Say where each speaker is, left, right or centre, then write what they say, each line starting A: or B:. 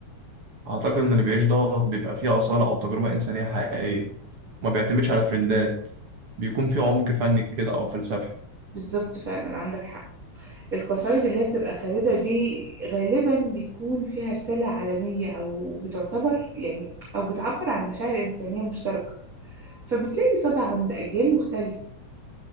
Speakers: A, on the right; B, on the right.
A: أعتقد إن اللي بيعيش ده بيبقى فيه أصالة أو تجربة إنسانية حقيقية وما بيعتمدش على ترندات بيكون فيه عمق فني كده أو فلسفي
B: بالظبط فعلا عندك حق القصايد اللي هي بتبقى خالدة دي غالبا بيكون فيها رسالة عالمية أو بتعتبر يعني أو بتعبر عن مشاعر إنسانية مشتركة فبتلاقي صدى عند أجيال مختلفة